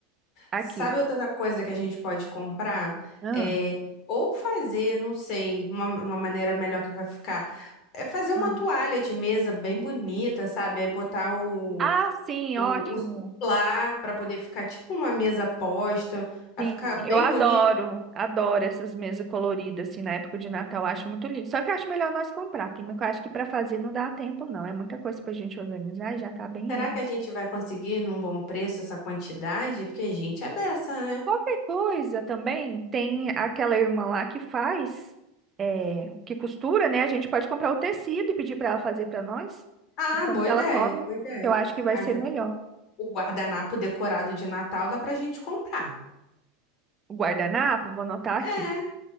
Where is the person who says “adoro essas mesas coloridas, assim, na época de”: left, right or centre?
Right